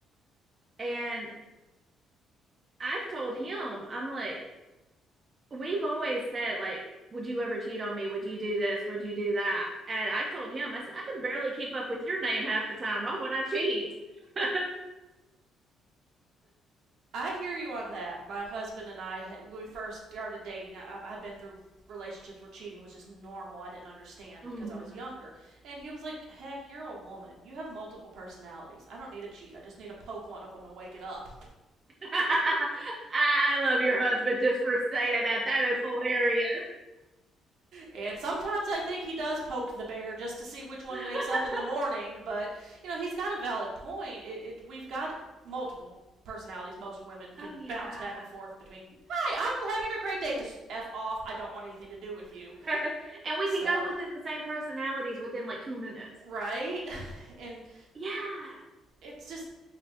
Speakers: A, on the right; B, on the right.
A: And I've told him, I'm like, we've always said, like, would you ever cheat on me? Would you do this? Would you do that? And I've told him, I said, I can barely keep up with your name half the time. Why would I cheat? <laughs>
B: I hear you on that. My husband and I, when we first started dating, I, I- have been through relationships where cheating was just normal. I didn't understand
A: Mm.
B: because I was younger. And he was like, heck, you're a woman. You have multiple personalities. I don't need to cheat. I just need to poke one of them and wake it up.
A: <laughs> I love your husband just for saying that. That is hilarious.
B: And sometimes I think he does poke the bear just to see which one
A: <laughs>
B: wakes up in the morning. But, you know, he's got a valid point. It, it, we've got multiple personalities most women can
A: oh, yeah.
B: bounce back and forth between hi i'm having a great day to f off i don't want anything to do with you
A: <laughs> and we
B: so
A: can go within the same personalities within like two minutes.
B: right? <laughs> And
A: Yeah.
B: it's just